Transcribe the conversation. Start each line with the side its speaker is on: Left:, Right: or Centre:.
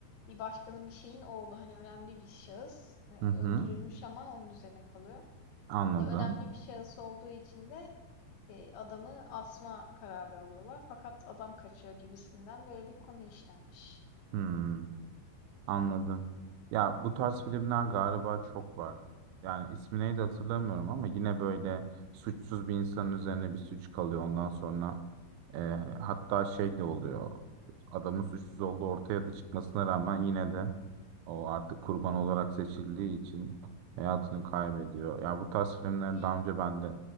Left: bir başkanın, bir şeyin oğlu. Hani önemli bir şahıs. Eee,
Right: Hı hı.
Left: öldürülmüş ama onun üzerine kalıyor.
Right: Anladım.
Left: ne önemli bir şahıs olduğu için de, eee, adamı asma kararı alıyorlar. Fakat adam kaçıyor gibisinden böyle bir konu işlenmiş.
Right: Hmm, anladım. Ya bu tarz filmler galiba çok var. Yani ismi neydi hatırlamıyorum ama yine böyle suçsuz bir insanın üzerine bir suç kalıyor. Ondan sonra e, hatta şey de oluyor. Adamın suçsuz olduğu ortaya da çıkmasına rağmen yine de o artık kurban olarak seçildiği için hayatını kaybediyor. Ya bu tarz filmleri
Left: Bir şeyin
Right: daha önce ben de